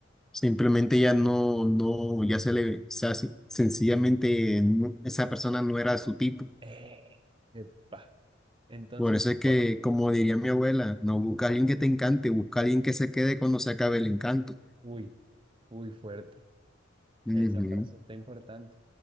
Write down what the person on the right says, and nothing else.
¡Eh! ¡Epa! Entonces,
por-
uy, uy, fuerte.
Esa frase está importante.